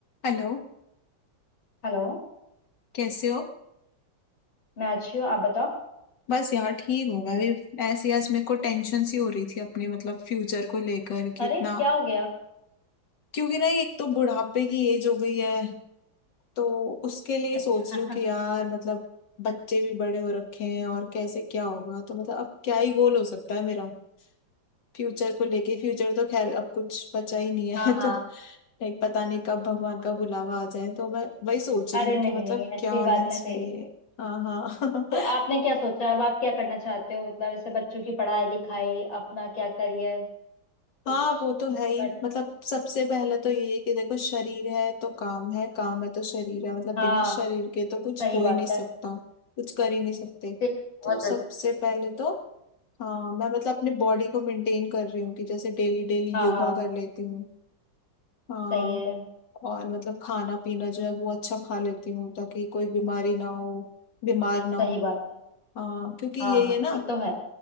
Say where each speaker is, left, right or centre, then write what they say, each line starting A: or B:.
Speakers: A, on the left (about 65°); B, on the left (about 85°).
A: Hello
B: Hello
A: कैसे हो
B: मैं अच्छी हूँ आप बताओ
A: बस यार ठीक हूँ मैं भी ऐसे ही आज मेरे को टेंशन सी हो रही थी अपने मतलब फ्यूचर को लेकर कि
B: अरे
A: इतना
B: क्या हो गया
A: क्योंकि ना एक तो बुढ़ापे की एज हो गई है तो उसके लिए
B: अच्छा
A: सोच रही हूँ कि यार मतलब बच्चे भी बड़े हो रखे हैं और कैसे क्या होगा तो मतलब अब क्या ही गोल हो सकता है मेरा फ्यूचर को लेके फ्यूचर तो खैर अब कुछ बचा ही नहीं
B: <laughs>
A: है
B: हाँ हाँ
A: <laughs> तो लाइक पता नहीं कब भगवान का बुलावा आ जाए तो मैं वही सोच रही
B: अरे
A: हूँ
B: नहीं
A: कि मतलब
B: नहीं ऐसी
A: क्या होना
B: बात
A: चाहिए
B: ना कहिए
A: हाँ हाँ
B: तो आपने
A: <laughs>
B: क्या सोचा अब आप क्या करना चाहते हो मतलब ऐसे बच्चों की पढ़ाई लिखाई अपना क्या करियर कुछ
A: हाँ वो तो है ही
B: करना है
A: मतलब सबसे पहले तो यही है कि देखो शरीर है तो काम है काम है तो शरीर है मतलब
B: हाँ
A: बिना शरीर के तो कुछ
B: सही
A: हो
B: बात
A: ही नहीं
B: है
A: सकता कुछ कर ही नहीं सकते
B: सेहत बहुत
A: तो
B: जरूरी
A: सबसे
B: है
A: पहले तो हाँ मैं मतलब अपने बॉडी को मेंटेन कर रही हूँ कि जैसे डेली डेली
B: हाँ
A: योगा
B: हाँ
A: कर लेती हूँ हाँ
B: सही है
A: और मतलब खाना पीना जो है वो अच्छा खा लेती हूँ ताकि कोई बीमारी ना हो बीमार ना हो
B: सही बात है
A: हाँ क्योंकि
B: हाँ
A: यही
B: हाँ
A: है ना
B: ये तो है